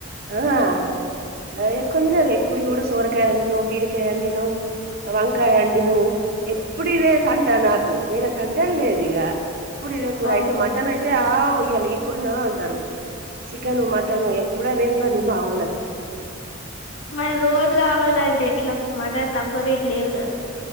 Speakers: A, on the right; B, on the left.
A: ఆ ఎక్కువ తినరు ఎప్పుడు చూడు సోరకాయ వండినవ్ బీరకాయ్ వంకాయ అండినవ్ వంకాయ అండినవ్ ఎప్పుడు ఇదే తంట నాకు వేరే తంటెల్ లేదు ఇగ ఇప్పుడు ఇదే కూర
B: అవునా
A: అయితే మటన్ అయితే ఆవ్ ఇయ్యాల ఈ కూరన అంటరు. చికెను మటను ఎప్పుడు అదే పని మా వోళ్ళ
B: మరి రోజు కావాలంటే ఎట్లా మటన్ తక్కువ రేట్ లేదు కదా